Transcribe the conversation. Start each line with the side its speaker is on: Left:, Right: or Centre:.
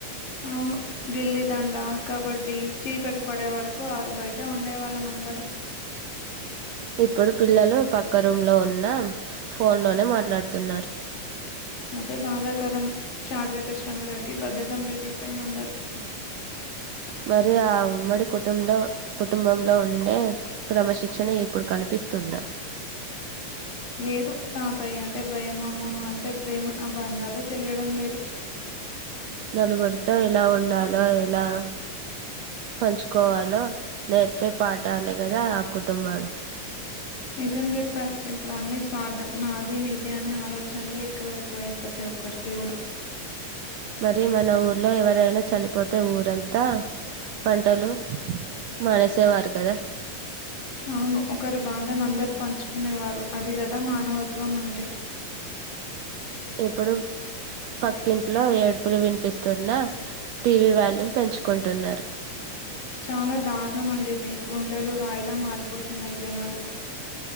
Left: అవును గిల్లి దండ కబడ్డీ చీకటి పడే వరకు ఆరు బయటే ఉండేవాళ్ళమందరూ
Right: ఇప్పుడు పిల్లలు పక్క రూమ్ లో ఉన్న ఫోన్ లోనే మాట్లాడుతున్నారు
Left: అదే బాధాకరం చారీరక శ్రమ తగ్గి బద్ధకం పెరిగిపోయింది అందరికిీ
Right: మరి ఆ ఉమ్మడి కుటుంలో కుటుంబంలో ఉండే క్రమశిక్షణ ఇప్పుడు కనిపిస్తుంద
Left: లేదు తాతయ్యే టే భయం మా అమ్మమ్మ అంటే ప్రేమ ఆ బంధాలే తెలియడం లేదు
Right: నలుగురితో ఎలా ఉండాలో ఎలా పంచుకోవాలో నేర్పే పా ట్టాలి కదా ఆ కుటుంబాలు
Left: నిజం చెప్పారు ఇప్పుడు అన్ని స్వార్థం నాది నిధి అనే ఆలోచనలే ఎక్కువైపోయాయి ప్రతి ఒక్కరికి కూడా
Right: మరి మన ఊర్లో ఎవరైనా చనిపోతే ఊరంతా వంటలు మానేసేవారు కదా
Left: అవును ఒకరి బాధను అందరుూ పంచుకునేవారు అది కదా మానవత్వం అంటే
Right: ఇప్పుడు పక్కింట్లో ఏడుపులు వినిపిస్తున్నా టీ వీ వాల్యూమ్ పెంచుకుంటున్నారు
Left: చాలా దారుణమండి ఇది గుండెలు రాయిలా మారిపోతున్నాయి జనాలకి